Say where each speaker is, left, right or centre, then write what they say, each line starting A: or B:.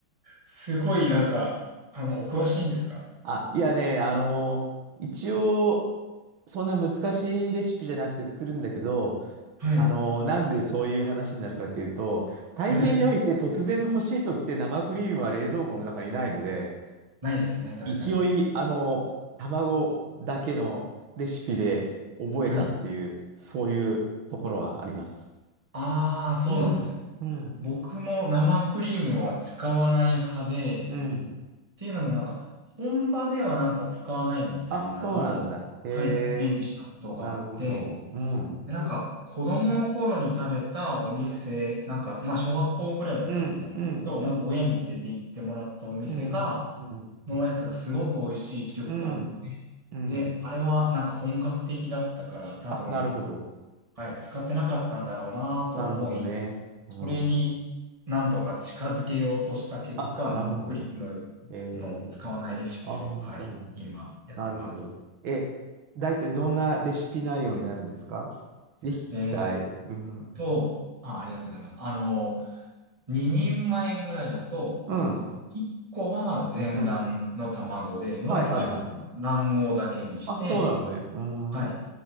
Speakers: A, on the right (about 15°); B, on the right (about 75°).
A: すごいなんか、あの、お詳しいんですか
B: あ、いやね、あの、一応、そんな難しいレシピじゃなくて作るんだけど、
A: はい。
B: あの、なんでそういう話になるかというと、大抵において突然の欲しい時って生クリームは冷蔵庫の中にないので、
A: はい。ないですね、確かに。
B: 勢い、あの、卵だけのレシピで覚えたっていう、
A: はい。
B: そういうところはあります。
A: ああ、そうなんですね。
B: うん、うん、
A: 僕も生クリームは使わない派で、
B: うん。
A: っていうのもなんか、本場ではなんか使わないみたいなのを、
B: あ、そうなんだ。へえ、
A: はい、目にしたことがあって、
B: なるほど。うん、
A: でなんか、子供の頃に食べたお店、
B: うん、
A: なんか、まあ、小学校ぐらいだったと思うんですけど、
B: うん、うん、うん、
A: なんか親に連れて行ってもらったお店が、
B: うん、うん、
A: のやつがすごく美味しい記憶があって
B: うん、うん。
A: で、あれはなんか本格的だったから多分、
B: あ、なるほど。
A: はい、使ってなかったんだろうなと思い、
B: なるほどね。うん。
A: それになんとか近づけようとした結果、
B: あ、なるほど。
A: 生クリームの使わないレシピを、
B: ええあ、本当に。
A: はい、今やってます。
B: なるほど。え、大体どんなレシピ内容になるんですかぜひ聞きたい。
A: えーっ
B: うん。
A: と、あ、ありがとうございます。あの、2人前ぐらいだと、
B: うん。
A: えーっと、1個は全卵の卵で、
B: うん。
A: もう一つは卵黄だけにして、
B: はいはいはい。あ、そうなのね。うん。
A: はい。
B: は